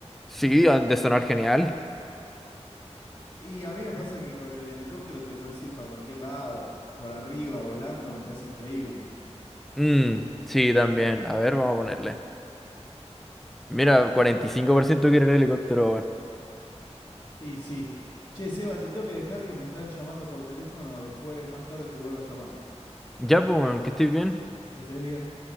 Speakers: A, in the centre; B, on the left (about 40°).
A: Sí, ha de sonar genial.
B: Y a mí me pasa que con el helicóptero te puedes ir para cualquier lado, por arriba, volando, me parece increíble.
A: Mm, sí, también. A ver, vamos a ponerle. Mira, 45% quiere el helicóptero, weón.
B: Y sí. Che, Seba, te tengo que dejar que me están llamando por teléfono, después más tarde te vuelvo a llamar.
A: Ya, pues, weón, que estés bien.
B: Que estés bien.